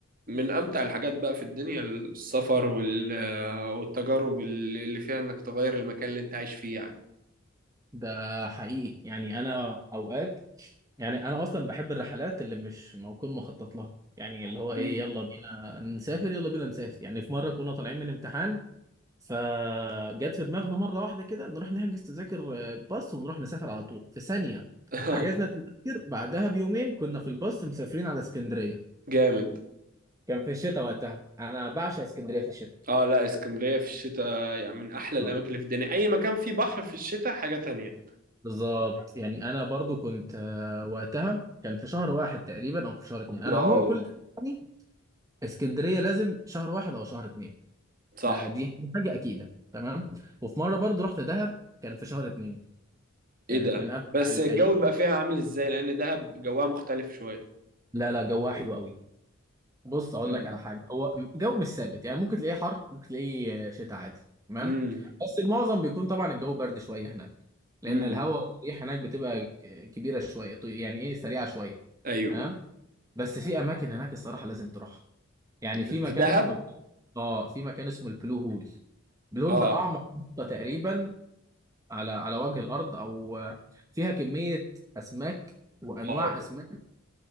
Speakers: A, on the right; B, on the right.
A: من امتع الحاجات بقى في الدنيا السفر وال... والتجارب اللي فيها انك تغير المكان اللي انت عايش فيه يعني
B: ده حقيقي يعني انا اوقات يعني انا اصلا بحب الرحلات اللي مش موكون مخطط لها يعني اللي هو ايه
A: امم
B: يلا بينا نسافر يلا بينا نسافر يعني في مره كنا طالعين من امتحان فجت في دماغنا مره واحده كده نروح نحجز تذاكر آه، باص ونروح نسافر على طول في ثانيه
A: <laughs>
B: حجزنا تذاكر بعدها بيومين كنا في الباص مسافرين على اسكندريه
A: جامد
B: كان في الشتاء وقتها انا بعشق اسكندريه في الشتاء
A: اه لا اسكندرية في الشتاء يعني من احلى الاماكن
B: اه
A: اللي في الدنيا اي مكان فيه بحر في الشتاء حاجة تانية
B: بالظبط يعني انا برضو كنت آه، وقتها كان في شهر واحد تقريبا او في شهر اتنين انا
A: واو
B: عموما كل يعني اسكندريه لازم شهر واحد او شهر اتنين
A: صح
B: ده دي حاجه اكيده تمام وفي مره برضو رحت دهب كان في شهر اتنين كانت
A: ايه ده
B: من امتع
A: بس
B: الايام
A: الجو بيبقى فيها عامل ازاي لان دهب جوها مختلف شوية
B: لا لا جوها حلو قوي بص
A: مم.
B: اقول لك على حاجه هو جو مش ثابت يعني ممكن تلاقيه حر ممكن تلاقيه آه، شتاء عادي تمام
A: امم
B: بس المعظم بيكون طبعا الجو برد شويه هناك لان
A: امم
B: الهواء والريح هناك بتبقى ك- كبيره شويه طي- يعني ايه سريعه شويه
A: ايوه
B: تمام بس في اماكن هناك الصراحه لازم تروحها يعني
A: في
B: في مكان
A: في دهب
B: اسمه الب- اه في مكان اسمه البلو هول البلو
A: اه
B: هول ده اعمق نقطه تقريبا على على وجه الارض او فيها كميه اسماك وانواع
A: واو
B: اسماك